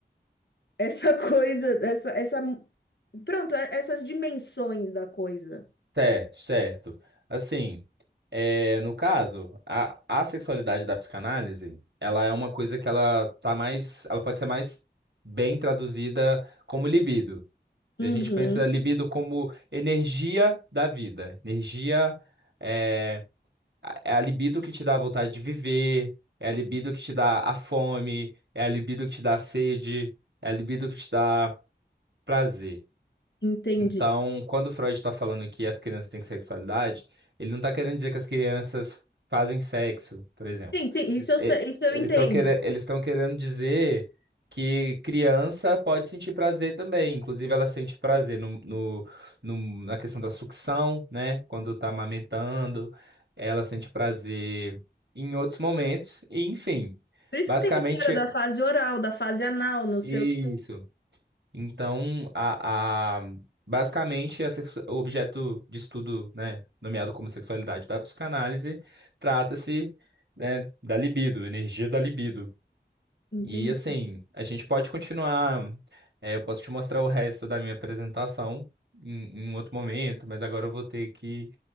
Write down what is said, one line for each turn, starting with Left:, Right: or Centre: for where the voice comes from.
Left: essa <laughs> coisa, essa, essa, pronto, é- essas dimensões da coisa.
Right: é, certo. Assim, é, no caso, a, a sexualidade da psicanálise, ela é uma coisa que ela tá mais, ela pode ser mais bem traduzida como libido.
Left: Uhum,
Right: E A gente pensa libido como energia da vida, energia é, a- é a libido que te dá a vontade de viver, é a libido que te dá a fome, é a libido que te dá a sede, é a libido que te dá prazer.
Left: entendi.
Right: Então, quando Freud está falando que as crianças têm sexualidade, ele não está querendo dizer que as crianças fazem sexo, por exemplo.
Left: Sim, sim, isso
Right: Eles
Left: eu,
Right: e-
Left: sei- isso eu
Right: eles
Left: entendo.
Right: estão querendo, eles estão querendo dizer que criança pode sentir prazer também. Inclusive, ela sente prazer no, no- no- na questão da sucção, né? Quando está amamentando, ela sente prazer em outros momentos, e enfim.
Left: Por isso
Right: Basicamente,
Left: que tem história da fase oral, da fase anal, não
Right: isso.
Left: sei o que.
Right: Então, a, a- basicamente, a sexu- o objeto de estudo, né, nomeado como sexualidade da psicanálise, trata-se, né, da libido, energia da libido.
Left: Entende?
Right: E assim, a gente pode continuar. é, eu posso te mostrar o resto da minha apresentação em, em um outro momento, mas agora eu vou ter que,